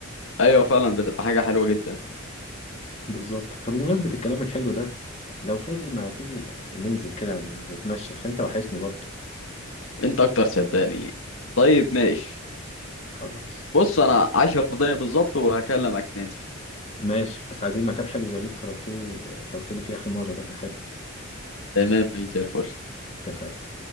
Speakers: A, on the left; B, on the left.
A: أيوه فعلا بتبقى حاجة حلوة جدا
B: بالظبط طب بمناسبة الكلام الحلو ده لو فاضي ما تيجي يعني ننزل كده نتمشى عشان انت وحشني برضو
A: أنت أكتر صدقني طيب ماشي
B: خلاص
A: بص انا 10 دقايق بالظبط وهكلمك ننزل
B: ماشي بس عايزين مكان حلو زي اللي انت خرجتوه خرجتني فيه اخر مرة ده كان حلو
A: تمام ماشي زي الفل
B: اتفق